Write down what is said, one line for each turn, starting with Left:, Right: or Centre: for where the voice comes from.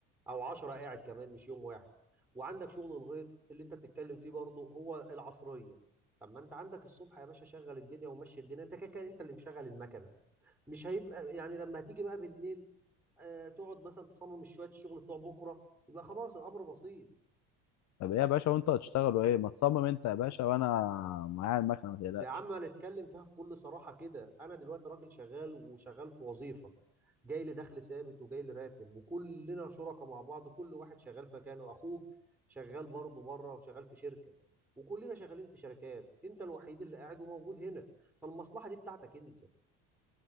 Centre: او عشرة قاعد كمان مش يوم واحد وعندك شغل الغيط اللي انت بتتكلم فيه برضه هو العصرية طب ما انت عندك الصبح يا باشا شغل الدنيا ومشي الدنيا انت كده كده انت اللي مشغل المكنة مش هيبقى يعني لما هتيجي بقى بالليل آه تقعد مثلا تصمم شوية الشغل بتوع بكرة يبقى خلاص الامر بسيط
Left: طب ايه يا باشا وانت هتشتغلوا ايه ما تصمم انت يا باشا وانا معايا المكنة ما تقلقش
Centre: يا عم هنتكلم فيها بكل صراحة كده أنا دلوقتي راجل شغال وشغال في وظيفة جاي لي دخل ثابت وجاي لي راتب وكلنا شركاء مع بعض كل واحد شغال في مكانه أخوك شغال برضه بره وشغال في شركة وكلنا شغالين في شركات أنت الوحيد اللي قاعد وموجود هنا فالمصلحة دي بتاعتك أنت